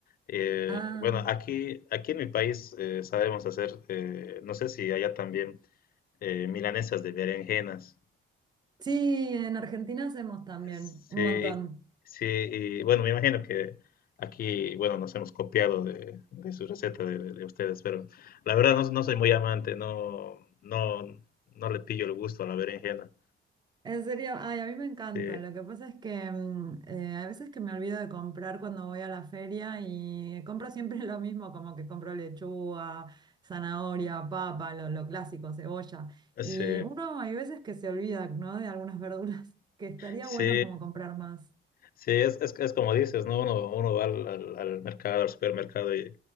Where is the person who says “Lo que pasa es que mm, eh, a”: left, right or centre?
Right